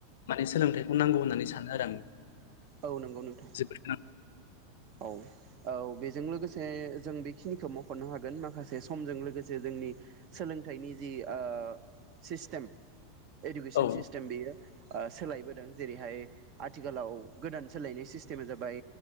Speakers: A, on the left; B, on the right.
A: माने सोलोंथाइखौ नांगौ होननानै सानो आरो आं
B: औ नंगौ नोंथां
A: जोबोद गोनां
B: औ औ बेजों लोगोसे जों बेखिनिखौ मख'नो हागोन माखासे समजों लोगोसे जों जोंनि सोलोंथाइनि जि ओ सिस्टेम एडुकेसन
A: औ
B: सिस्टम बेयो ओ सोलायबोदों जेरैहाय आथिखालाव गोदान सोलायनाय सिस्टेमा जाबाय